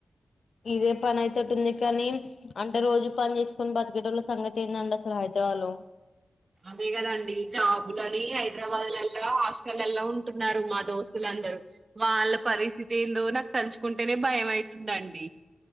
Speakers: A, on the left; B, on the right.
A: ఇదే పని అయెటటుంది కానీ అంటే రోజు పని చేసుకొని బతకెటోళ్ళ సంగతి ఏందండి అసలు హైద హలో
B: అదే కదండి జాబ్ లని హైదరాబాద్ లల్లో హాస్టల ల్లో ఉంటున్నారు మా దోస్తులం అందరు వాళ్ళ పరిస్థితి ఏందో నాకు తలుచుకుంటేనే భయం అయితుందండి